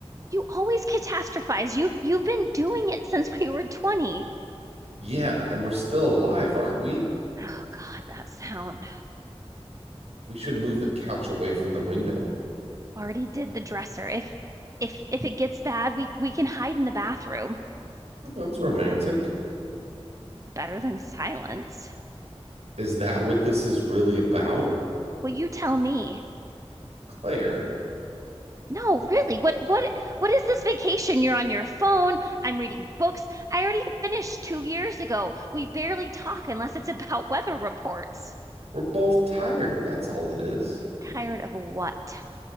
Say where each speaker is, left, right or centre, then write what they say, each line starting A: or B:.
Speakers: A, on the right; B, on the right.
A: You always catastrophize. You you've been doing it since we were 20.
B: Yeah, and we're still alive, aren't we?
A: Oh God, that sound.
B: We should move the couch away from the window.
A: Already did the dresser. If if if it gets bad, we we can hide in the bathroom.
B: Well, that's romantic.
A: Better than silence.
B: Is that what this is really about?
A: Well, you tell me.
B: Claire,
A: No, really. What what what is this vacation? You're on your phone. I'm reading books. I already finished two years ago. We barely talk unless it's about weather reports.
B: we're both tired. That's all it is.
A: Tired of what?